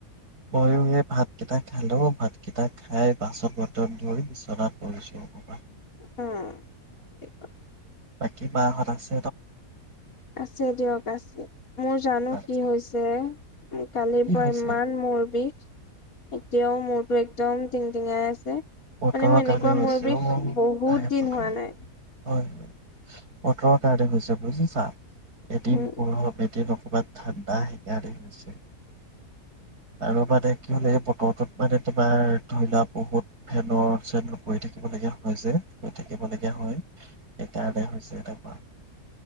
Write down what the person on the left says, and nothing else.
উম ভালে।
আছে দিয়ক আছে মোৰ জানো
কি হৈছে চ <inaudible> কালিৰ
পৰা
ইমান মূৰ বিষ এতিয়াও মৰটো একদম টিঙাই আছে
মানে মোৰ এনেকুৱা
মূৰ বিষ
বহুত
দিন
হোৱা নাই
উম